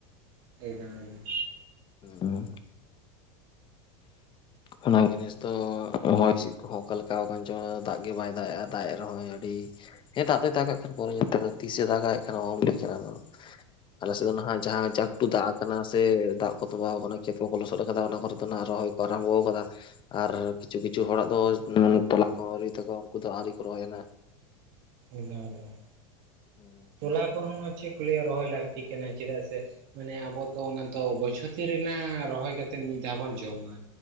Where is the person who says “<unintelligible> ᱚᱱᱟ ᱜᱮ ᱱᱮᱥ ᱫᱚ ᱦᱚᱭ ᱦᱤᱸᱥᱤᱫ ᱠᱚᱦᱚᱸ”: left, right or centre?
Left